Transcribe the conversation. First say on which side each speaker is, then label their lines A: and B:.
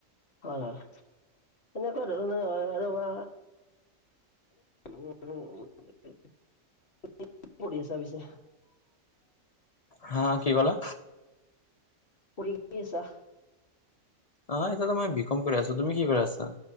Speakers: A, on the left; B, on the left.
A: হয়, হয় এনেকুৱা ধৰণৰ হয় আৰু বা উ কি কৰি আছা পিছে
B: হা কি ক'লা?
A: পৰি কি আছা।
B: অ', এতিয়াাতো মই বি কম কৰি আছোঁ তুমি কি কৰি আছা?